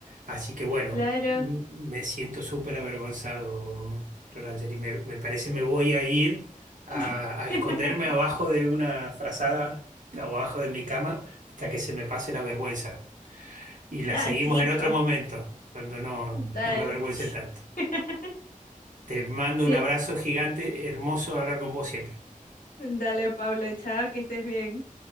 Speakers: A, on the right; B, on the left.
A: Así que bueno,
B: claro.
A: m- me siento súper avergonzado, Florangeli. Me, me parece me voy a ir a,
B: <laughs>
A: a esconderme abajo de una frazada, abajo de mi cama, hasta que se me pase la vergüenza. Y la
B: Ah,
A: seguimos
B: chico.
A: en otro momento, cuando no,
B: Dale.
A: no me avergüence tanto.
B: <laughs>
A: Te mando
B: Sí,
A: un abrazo gigante, hermoso hablar con vos siempre.
B: dale, Paula, chao, que estés bien.